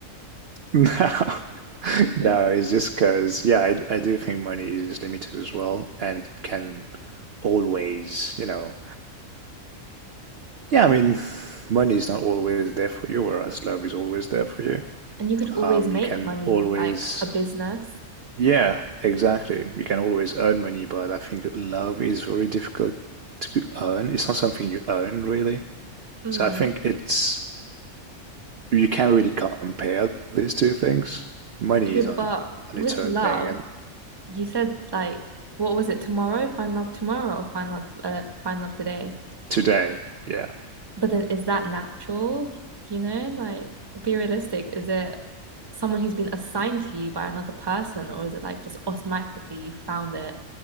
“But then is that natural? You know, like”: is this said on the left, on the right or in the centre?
Right